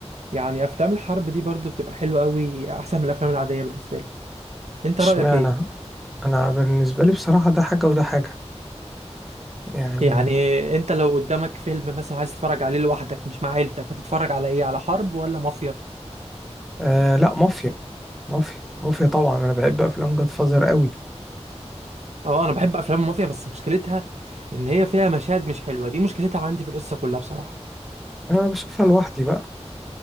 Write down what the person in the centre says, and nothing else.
اشمعنى
انا بالنسبة لي بصراحة ده حاجة وده حاجة يعني
آه لا مافيا مافيا مافيا طبعا انا بحب افلام جاد فازر قوي
انا بشوفها لوحدي بقى